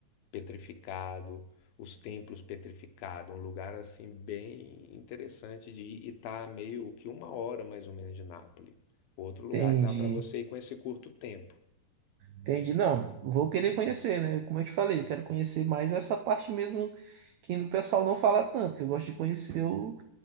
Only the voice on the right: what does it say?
Entendi.
Entendi. Não, vou querer conhecer, né? Como eu te falei, eu quero conhecer mais essa parte mesmo que o pessoal não fala tanto, que eu gosto de conhecer o